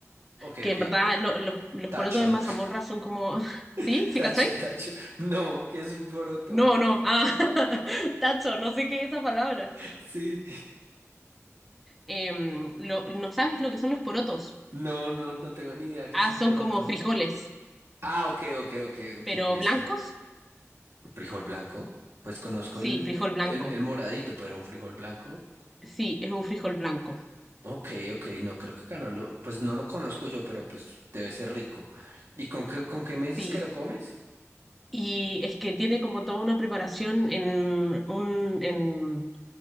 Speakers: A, on the right (about 60°); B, in the centre.
A: Ok,
B: que
A: ok.
B: en verdad lo- los, los
A: Tacho,
B: porotos en mazamorra son como, <laughs> ¿sí?
A: <laughs>
B: ¿Sí,
A: tacho,
B: cachai?
A: tacho. No, que es un poroto.
B: No,
A: <laughs>
B: no, ah, <laughs> tacho, no sé qué es esa palabra.
A: Sí.
B: Em, lo- ¿no sabes lo que son los porotos?
A: No, no, no tengo ni idea que
B: Ah,
A: es un
B: son
A: poroto.
B: como frijoles,
A: Ah, ok, ok, ok, ok,
B: pero
A: listo.
B: blancos.
A: ¿Frijol blanco? Pues conozco
B: Sí,
A: el,
B: frijol blanco.
A: el, el moradito, pero un frijol blanco.
B: Sí, es un frijol blanco.
A: Ok, ok, no, creo que acá no lo, pues no lo conozco yo, pero pues debe ser rico. ¿Y con qué, con qué me dices
B: Sí,
A: que lo comes?
B: y es que tiene como toda una preparación en, un, en,